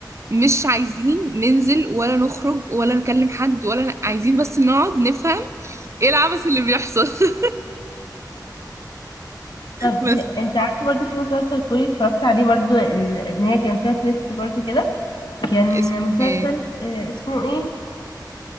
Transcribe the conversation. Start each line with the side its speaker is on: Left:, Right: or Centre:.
Right: مش عايزين ننزل ولا نخرج ولا نكلم حد ولا ن- عايزين بس نقعد نفهم ايه العبث اللي بيحصل <laughs>
Left: طب آه،
Right: بس
Left: انت عارفه برضو في مسلسل كوري اتفرجت عليه برضو ال- ان هي كان فيها تويست برضو كده كان
Right: اسمه
Left: مسلسل
Right: ايه
Left: آه، اسمه ايه